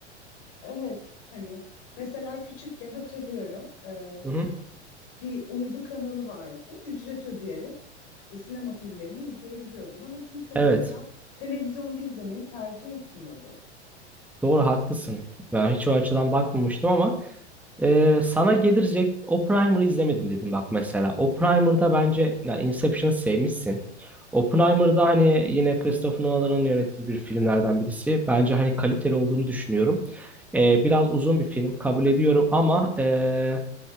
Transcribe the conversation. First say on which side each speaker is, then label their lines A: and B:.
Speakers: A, on the left; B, in the centre.
A: Evet hani mesela küçükken hatırlıyorum e,
B: Hı hı.
A: bir uydu kanalı vardı ücret ödeyerek e, sinema filmlerini izleyebiliyordun ama kimse mesela
B: Evet
A: televizyonda izlemeyi tercih etmiyordu.
B: doğru haklısın ben hiç o açıdan bakmamıştım ama. Ee, sana gelecek Oppenheimer'ı izlemedim dedim bak mesela. Oppenheimer'da bence ya Inception'ı sevmişsin. Oppenheimer'da hani yine Christopher Nolan'ın yönettiği bir filmlerden birisi. Bence hani kaliteli olduğunu düşünüyorum. Ee, biraz uzun bir film kabul ediyorum ama e,